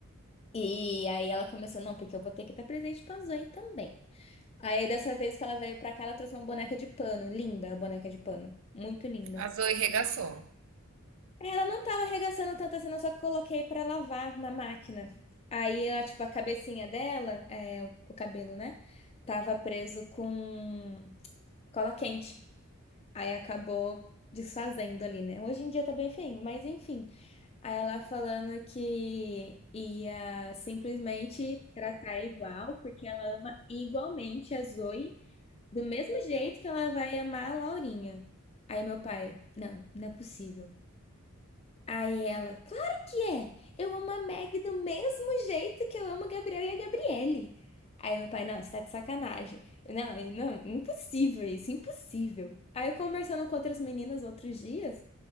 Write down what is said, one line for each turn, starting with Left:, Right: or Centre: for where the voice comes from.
Left: E aí ela começou, não, porque eu vou ter que dar presente pra Zoe também. Aí, dessa vez que ela veio pra cá, ela trouxe uma boneca de pano. Linda a boneca de pano. Muito linda.
Right: A Zoe regaçou.
Left: Ela não tava arregaçando tanto assim, não, só que coloquei pra lavar na máquina. Aí, ela, tipo, a cabecinha dela, é, o, o cabelo, né? Tava preso com cola quente. Aí acabou desfazendo ali, né? Hoje em dia tá bem feinho, mas enfim. Aí ela falando que ia simplesmente tratar igual, porque ela ama igualmente a Zoe, do mesmo jeito que ela vai amar a Laurinha. Aí meu pai, não, não é possível. Aí ela, claro que é! Eu amo a Meg do mesmo jeito que eu amo o Gabriel e a Gabriele. Aí meu pai, não, você tá de sacanagem. Eu, Não, eu, não, impossível isso, impossível. Aí eu conversando com outras meninas outros dias.